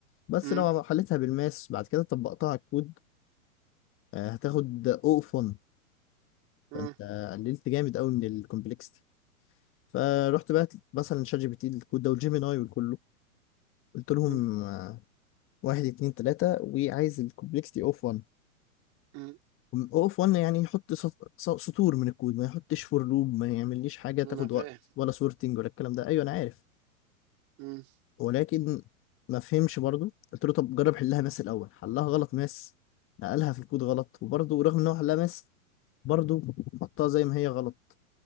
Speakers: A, on the left (about 30°); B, on the right (about 40°).
A: بس
B: مم.
A: لو حلتها بالماس بعد كده طبقتها على الكود آه، هتاخد او اوف 1
B: مم.
A: فانت قللت جامد قوي من الكومبلكسيتي فرحت بقى مثلا شات جي بي تي الكود ده والجيميناي وكله قلت لهم
B: مم.
A: آه، واحد اتنين تلاتة وعايز الكومبلكسيتي اوف 1
B: مم.
A: او اف 1 يعني يحط صف- ص- سطور من الكود ما يحطش فور لوب ما يعمليش حاجه
B: انا
A: تاخد
B: فاهم
A: وقت ولا سورتنج ولا الكلام ده ايوه انا عارف
B: مم.
A: ولكن ما فهمش برضو قلت له طب جرب حلها ماس الاول حلها غلط ماس نقلها في الكود غلط وبرضو رغم ان هو حلها ماس برضو حطها زي ما هي غلط